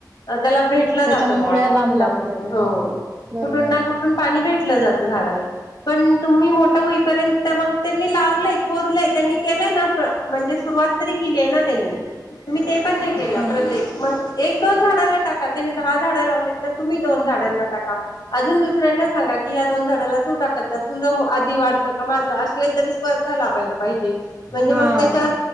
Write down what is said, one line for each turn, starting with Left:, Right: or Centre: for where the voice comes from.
Left: त्याला भेटलं
Right: त्याच्या
Left: जातं
Right: मुळ्या
Left: बा कुठंना
Right: लांब लांब
Left: कुठून
Right: जात्या
Left: हो
Right: हा बरोबर
Left: कुठना
Right: आहे
Left: कुठून पाणी भे लं जात झाडाला पण तुम्ही मोठं होईपर्यंत मग त्यांनी लावलंय खोदलंय त्यांनी केलंय ना म्हणजे सुरुवात तरी केली आहे ना त्यांनी तुम्ही ते पण नाही केलं
Right: हा
Left: प्रत्येक मग एक दोन झाडाला टाका त्यांनी दहा झाडं लावले तर तुम्ही दोन झाडांना टाका अजून दुसऱ्यांना सांगा की या दोन झाडा तू टाकत जात तुझं आधी वाढतं का माझं अशी कातरी स्पर्धा लावायला पाहिजे म्हणजे
Right: हा
Left: मग त्याच्या